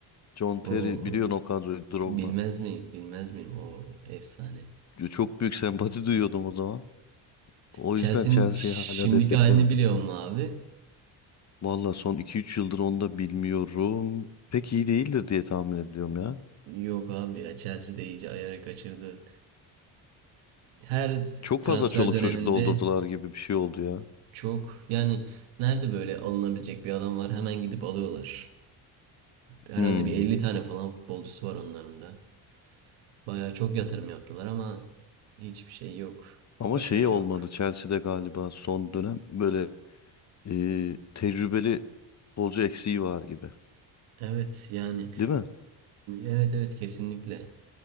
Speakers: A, on the left; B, on the right.
A: John Terry
B: o
A: biliyorsun o kadroyu Drogba.
B: Bilmez miyim? Bilmez miyim? O efsane.
A: Çok büyük sempati duyuyordum o zaman. O
B: Chelsea'nin
A: yüzden Chelsea'yi
B: şimdiki
A: hala desteklerim.
B: halini biliyor mu abi?
A: Valla son iki üç yıldır onu da bilmiyorum. Pek iyi değildir diye tahmin ediyorum ya.
B: Yok abi ya Chelsea de iyice ayarı kaçırdı. Her
A: Çok
B: transfer
A: fazla çoluk
B: döneminde
A: çocuk doldurdular gibi bir şey oldu ya.
B: çok yani nerede böyle alınabilecek bir adam var hemen gidip alıyorlar. Herhalde
A: Hmm.
B: bir 50 tane falan futbolcusu var onların da. Bayağı çok yatırım yaptılar ama hiçbir şey yok.
A: Ama
B: Başarı
A: şeyi
B: yok.
A: olmadı Chelsea'de galiba son dönem böyle e, tecrübeli futbolcu eksiği var gibi.
B: Evet yani
A: Değil mi?
B: evet evet kesinlikle.